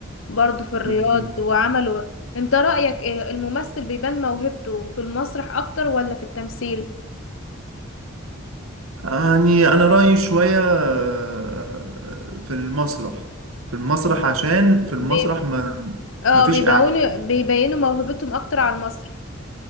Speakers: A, on the left; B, on the right.
A: برضو في الرياض
B: مهم.
A: وعملوا انت رايك ايه الممثل بيبان موهبته في المسرح اكتر ولا في التمثيل
B: يعني أنا رأيي شوية آه، في المسرح في المسرح عشان في المسرح
A: بي...
B: ما
A: اه
B: ما فيش
A: بيبينوا بيبينوا موهبتهم اكتر على المسرح